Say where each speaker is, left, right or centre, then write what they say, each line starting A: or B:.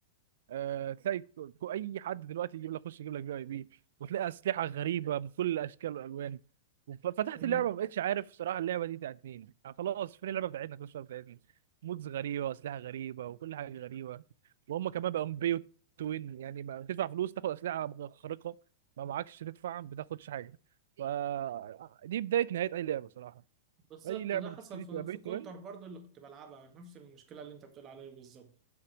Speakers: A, on the right (about 70°); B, on the right (about 30°).
A: آه، تلاقي ك- ك- اي حد دلوقتي يجيب لك خش يجيب لك في اي بي وتلاقي اسلحه غريبه بكل الاشكال والالوان وف- فتحت
B: مم.
A: اللعبه ما بقتش عارف صراحه اللعبه دي بتاعت مين يعني خلاص فين اللعبه بتاعتنا كل شويه بتاعتنا مودز غريبه واسلحه غريبه وكل حاجه غريبه وهم كمان بقوا بيو توين يعني ما تدفع فلوس تاخد اسلحه خارقه ما معكش تدفع ما بتاخدش حاجه فدي بدايه نهايه اي لعبه صراحه
B: بالظبط
A: اي لعبه
B: ده حصل
A: بتبتدي
B: في
A: تبقى بيت
B: في كونتر
A: وين
B: برضو اللي كنت بلعبها نفس المشكلة اللي انت بتقول عليها بالظبط